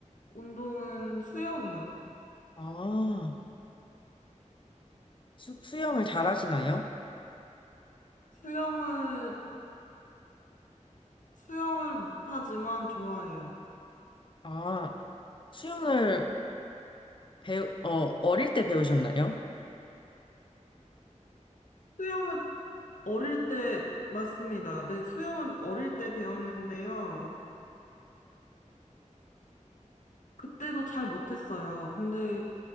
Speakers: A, on the left; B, on the left.
A: 운동은 수영이요.
B: 아, 수, 수영을 잘하시나요?
A: 수영을, 수영을 못하지만 좋아해요.
B: 아, 수영을 배우, 어, 어릴 때 배우셨나요?
A: 수영은 어릴 때, 맞습니다. 네, 수영은 어릴 때 배웠는데요. 그때도 잘 못했어요. 근데